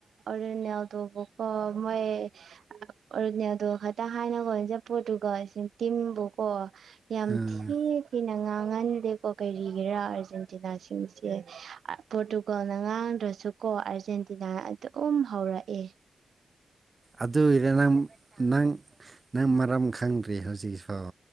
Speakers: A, on the right; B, on the right.
A: ꯔꯣꯅꯦꯜꯗꯣꯕꯨꯀꯣ ꯃꯣꯏ <unintelligible> ꯑꯗꯨ ꯈꯇ ꯍꯥꯏꯅꯒꯨꯝꯁꯤ ꯄꫭꯔꯇꯨꯒꯜ <unintelligible> ꯇꯤꯝꯕꯨꯀꫭ ꯌꯥꯝ
B: ꯑꯥ
A: ꯊꯤ ꯊꯤꯅ ꯉꯥꯡꯍꯟꯗꯦꯀꯣ ꯀꯩ ꯒꯤꯔ ꯑꯔꯖꯦꯟꯇꯤꯅꯥ ꯁꯤꯡꯁꯦ ꯄꯣꯔꯇꯨꯒꯜꯅ ꯉꯥꯡꯗ꯭ꯔꯁꯨ ꯀꯣ ꯑꯥꯔꯖꯦꯟꯇꯤꯅꯥ ꯑꯗꯨꯝ ꯍꯧꯔꯑꯦ
B: ꯑꯗꯨꯏꯔ ꯅꯪ ꯅꯪ ꯅꯪ ꯃꯔꯝ ꯈꯪꯗ꯭ꯔꯤ ꯍꯧꯖꯤꯛꯐꯥꯎ